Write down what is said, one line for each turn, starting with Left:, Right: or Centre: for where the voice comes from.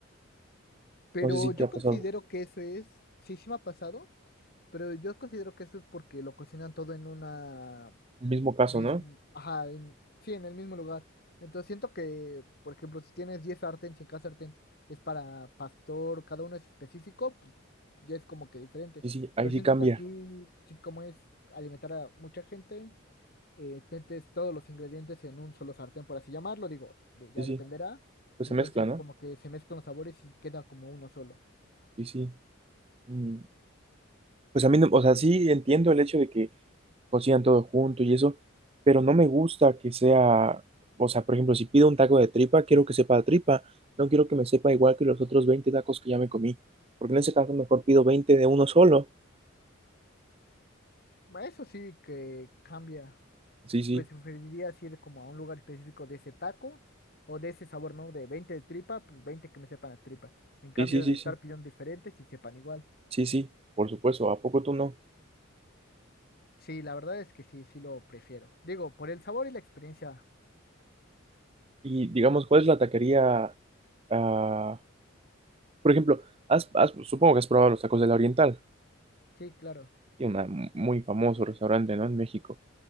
Left: Pero
Right: No sé si
Left: yo
Right: te ha
Left: considero
Right: pasado.
Left: que eso es, sí, sí me ha pasado, pero yo considero que eso es porque lo cocinan todo en una
Right: El mismo caso,
Left: misma,
Right: ¿no?
Left: ajá, en- sí, en el mismo lugar. Entonces siento que, por ejemplo, si tienes 10 sartén, si cada sartén es para pastor, cada uno es específico, pues ya es como que diferente.
Right: Sí, sí, ahí
Left: Pero
Right: sí
Left: siento
Right: cambia.
Left: que aquí, sí, como es alimentar a mucha gente. eh, metes todos los ingredientes en un solo sartén, por así llamarlo, digo, de- ya
Right: Sí, sí,
Left: dependerá.
Right: pues
Left: Entonces
Right: se mezcla, ¿no?
Left: como que se mezclan los sabores y queda como uno solo.
Right: Sí, sí. Mm, Pues a mí, no- o sea, sí entiendo el hecho de que cocinan todo junto y eso, pero no me gusta que sea, o sea, por ejemplo, si pido un taco de tripa, quiero que sepa de tripa, no quiero que me sepa igual que los otros 20 tacos que ya me comí, porque en ese caso mejor pido 20 de uno solo.
Left: Bueno, Eso sí que cambia.
Right: Sí, sí,
Left: Pues preferirías ir como a un lugar específico de ese taco o de ese sabor, ¿no? De 20 de tripa, pues 20 que me sepan a tripa. En cambio
Right: sí, sí, sí,
Left: de estar
Right: sí,
Left: pidiendo diferentes y sepan igual.
Right: sí, sí, por supuesto, ¿a poco tú no?
Left: Sí, la verdad es que sí, sí lo prefiero. Digo, por el sabor y la experiencia.
Right: Y digamos, ¿cuál es la taquería? ah, por ejemplo, has- has- supongo que has probado los tacos de la Oriental.
Left: Sí, claro,
Right: y un muy famoso restaurante, ¿no? En México.